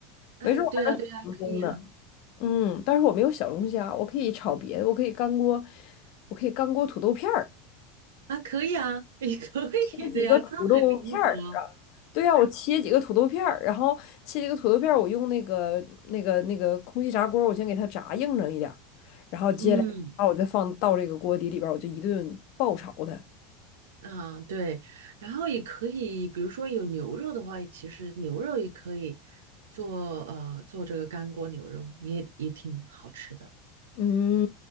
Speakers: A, on the right; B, on the left.
A: 哎，
B: 没准儿我还能成功呢。
A: 对呀对呀，可以啊
B: 嗯，但是我没有小龙虾，我可以炒别的，我可以干锅，我可以干锅土豆片儿，
A: 啊，可以啊，也 <laughs> 可以的呀，
B: 切几个土豆片儿啊，
A: 它很灵活。
B: 对呀、我切几个土豆片儿，然后切几个土豆片儿，我用那个那个那个空气炸锅儿我先给它炸硬整一点儿，然后接下来把我再放到这个锅底里边儿我就一顿爆炒它。
A: 嗯啊，对，然后也可以，比如说有牛肉的话，其实牛肉也可以做呃做这个干锅牛肉，也也挺好吃的。
B: 嗯